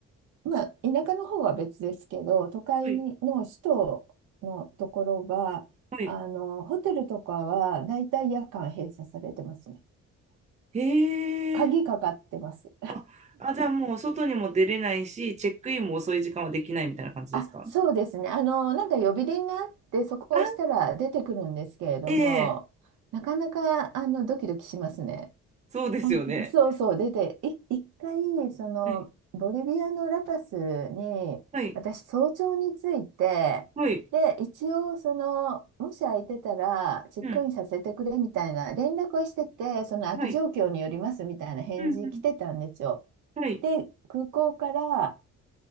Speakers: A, on the right (about 85°); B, on the right (about 25°).
A: まあ田舎の方は別ですけど、都会の首都のところは、
B: はい、はい。
A: あの、ホテルとかはだいたい夜間閉鎖されてますね。
B: へえ、
A: 鍵かかってます。
B: あ、あ、じゃあもう外にも出れないし、チェックインも遅い時間はできないみたいな感じですか
A: あ、そうですね。あの、なんか呼び鈴があって、そこを押したら出てくるんですけれども、
B: あ、ええ
A: なかなか、あの、ドキドキしますね。
B: そうですよね。
A: ほんそうそう、出て、い、一回、その、
B: はい。
A: ボリビアのラパスに、
B: はい。
A: 私、早朝に着いて、
B: はい。
A: で、一応、その、もし空いてたら、チェックインさせてくれみたいな、
B: うん。
A: 連絡はしてて、その空き状況によりますみたいな返事来てたんですよ。
B: はい。うんうん。はい。
A: で、空港から、